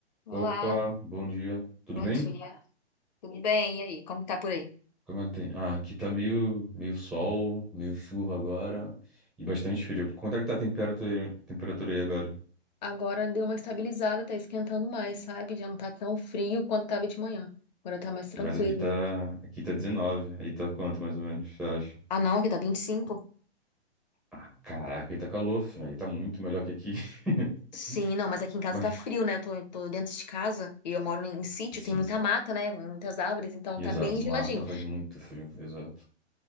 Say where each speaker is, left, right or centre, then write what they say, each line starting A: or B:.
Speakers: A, on the left; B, in the centre.
A: Olá,
B: Opa, bom dia. Tudo
A: bom
B: bem?
A: dia. Tudo bem? E aí, como que tá por aí?
B: Como é que tem? Ah, aqui tá meio, meio sol, meio chuva agora e bastante frio. Quanto é que tá a temperatura, aí- temperatura aí agora?
A: Agora deu uma estabilizada, tá esquentando mais, sabe? Já não tá tão frio quanto tava de manhã. Agora tá mais tranquilo.
B: Mas aqui tá, aqui tá 19. Aí tá quanto mais ou menos, você acha?
A: Ah, não, aqui tá 25.
B: Ah, Caraca, aí tá calor, filho. Aí tá muito melhor que aqui. <laughs>
A: Sim, não, mas aqui em casa
B: Mas,
A: tá frio, né? Eu tô, tô dentro de casa e eu moro em sítio,
B: sim,
A: tem muita mata, né? Muitas árvores, então
B: exato.
A: tá bem
B: Mata
A: geladinho.
B: faz muito frio, exato.